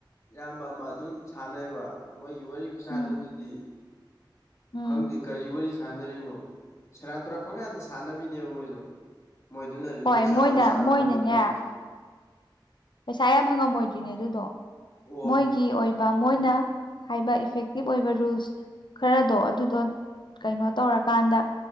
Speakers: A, on the left; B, on the left.
A: ꯏꯌꯥꯝꯕ ꯑꯃ ꯑꯗꯨꯝ ꯁꯥꯟꯅꯩꯕ ꯃꯣꯏꯒꯤ ꯋꯥꯔꯤ ꯈꯨꯁꯥꯟ
B: ꯎꯝ
A: ꯅꯥꯗꯨꯗꯤ
B: ꯎꯝ
A: ꯈꯪꯗꯦ ꯀꯔꯤ ꯋꯥꯔꯤ ꯁꯥꯟꯅꯔꯤꯅꯣ ꯁꯦꯔꯥꯟ ꯇꯨꯔꯟ ꯄꯪꯁꯥꯗ ꯁꯥꯟꯅꯕꯤꯅꯦꯕ ꯃꯣꯏꯁꯨ ꯃꯣꯏꯗꯨꯅ ꯔꯤꯖꯦꯛ
B: ꯍꯣꯏ
A: ꯆꯥꯕ
B: ꯃꯣꯏꯅ
A: ꯆꯥꯗ꯭ꯔꯁꯨ
B: ꯃꯣꯏꯅꯅꯦ
A: ꯈꯪꯗꯦ
B: ꯄꯩꯁꯥ ꯌꯥꯝ ꯐꯪꯉꯝꯃꯣꯏꯗ꯭ꯔꯤꯅꯦ ꯑꯗꯨꯗꯣ
A: ꯑꯣ
B: ꯃꯣꯏꯒꯤ ꯑꯣꯏ ꯕ ꯃꯣꯏꯅ ꯍꯥꯏꯕ ꯏꯐꯦꯛꯇꯤꯞ ꯑꯣꯏꯕ ꯔꯨꯜꯁ ꯈꯔꯗꯣ ꯑꯗꯨꯗꯣ ꯀꯩꯅꯣ ꯇꯧꯔꯀꯥꯟꯗ